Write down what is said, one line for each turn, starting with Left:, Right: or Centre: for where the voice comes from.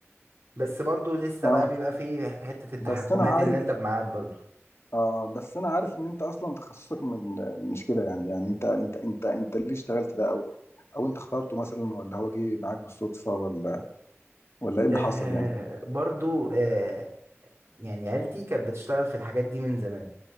Right: بس برضو لسه
Left: اه
Right: بقى بيبقى فيه حته التحكمات
Left: بس انا عارف
Right: ان انت بميعاد برضو
Left: آه بس انا عارف ان انت اصلا تخصصك من مش كده يعني يعني انت انت انت انت ليه اشتغلت ده او او انت اخترته مثلا ولا هو جه معاك بالصدفة ولا ولا ايه اللي
Right: آه
Left: حصل يعني
Right: برضو آه يعني عيلتي كانت بتشتغل في الحاجات دي من زمان